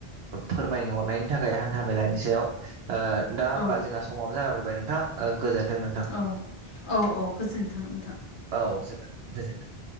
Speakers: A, on the right (about 85°); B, on the left (about 50°).
A: फोरमायनो हरनायनि थाखाय हान्था मेलानि सायाव दा होमबा
B: औ
A: जोंहा समावबो जानला फैबाय नोंथां गोजोनथों
B: औ औ औ गोजोनथों नोंथां
A: औ गोजोनथों गोजोनथों